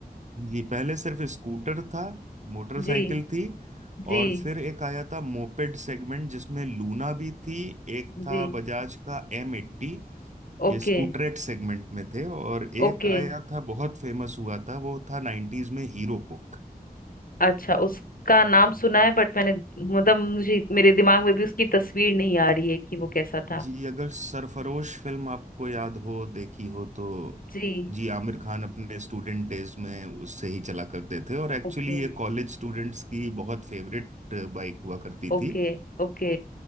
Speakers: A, on the right; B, on the left.
A: जी पहले सिर्फ स्कूटर था मोटरसाइकिल
B: जी
A: थी
B: जी
A: और फिर एक आया था मोपेड सेगमेंट जिसमें लूना भी थी एक
B: जी
A: था बजाज का एम एट्टी
B: ओके
A: ये स्कूटरेट सेगमेंट में थे और एक
B: ओके
A: आया था बहुत फेमस हुआ था वो था नाइन्टीज में हीरो पुक
B: अच्छा उसका नाम सुना है बट मैंने मतलब मुझे मेरे दिमाग में भी उसकी तस्वीर नहीं आ रही है कि वो कैसा था
A: जी अगर सरफरोश फिल्म आपको याद हो देखी हो तो
B: जी
A: जी आमिर खान अपने स्टूडेंट डेज में उससे ही चला करते थे और एक्चुअली
B: ओके
A: ये कॉलेज स्टूडेंट्स की बहुत फेवरेट बाइक हुआ करती
B: ओके
A: थी
B: ओके